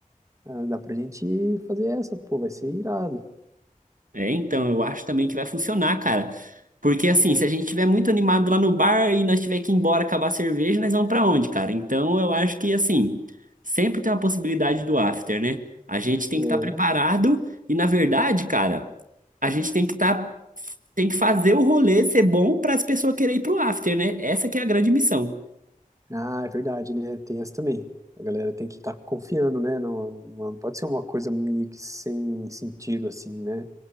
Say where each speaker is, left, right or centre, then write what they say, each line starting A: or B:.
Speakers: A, on the right; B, on the right.
A: ah, dá pra gente fazer essa, pô, vai ser irado.
B: É, então, eu acho também que vai funcionar, cara. Porque assim, se a gente estiver muito animado lá no bar e nós tiver que ir embora acabar a cerveja, nós vamos pra onde, cara? Então, eu acho que assim, sempre tem uma possibilidade do after, né? A gente tem
A: É.
B: que estar preparado e na verdade, cara, a gente tem que estar tem que fazer o rolê ser bom para as pessoas quererem ir pro after, né? Essa que é a grande missão.
A: Ah, é verdade, né? Tem essa também. A galera tem que estar confiando, né? Não, não pode ser uma coisa meio que sem sentido, assim, né?